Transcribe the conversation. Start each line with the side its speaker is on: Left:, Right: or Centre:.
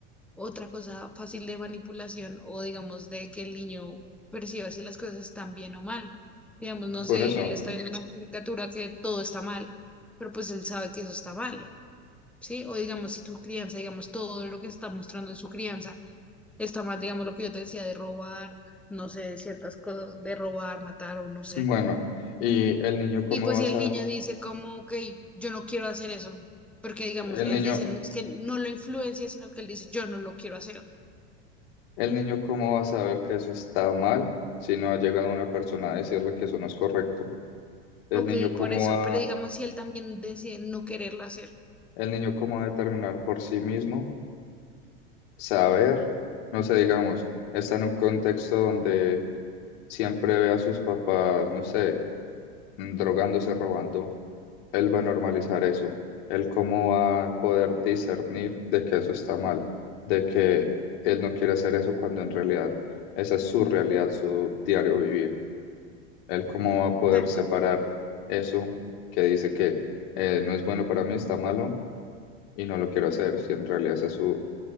Centre: otra cosa fácil de manipulación o digamos de que el niño perciba si las cosas están bien o mal. Digamos, no
Left: Por
Centre: sé,
Left: eso.
Centre: él está viendo una caricatura que todo está mal, pero pues él sabe que eso está mal, ¿sí? O digamos, si tu crianza, digamos, todo lo que se está mostrando en su crianza está mal, digamos, lo que yo te decía de robar, no sé, de ciertas cosas, de robar, matar o no sé.
Left: Bueno, y el niño cómo
Centre: Y pues
Left: va
Centre: si
Left: a sa-
Centre: el niño dice como, ok, yo no quiero hacer eso, porque digamos,
Left: el
Centre: él
Left: niño,
Centre: dice, no es que no lo influencia, sino que él dice, yo no lo quiero hacer
Left: el niño cómo va a saber que eso está mal si no ha llegado una persona a decirle que eso no es correcto. El
Centre: Ok,
Left: niño cómo
Centre: por eso,
Left: va,
Centre: pero digamos si él también decide no quererlo hacer.
Left: el niño cómo va a determinar por sí mismo saber, no sé, digamos, está en un contexto donde siempre ve a sus papás, no sé, mm, drogándose, robando. él va a normalizar eso, él cómo va a poder discernir de que eso está mal, de que él no quiere hacer eso cuando en realidad esa es su realidad, su diario vivir, él cómo va a poder
Centre: Exacto.
Left: separar eso que dice que eh, no es bueno para mí, está malo y no lo quiero hacer, si en realidad esa es su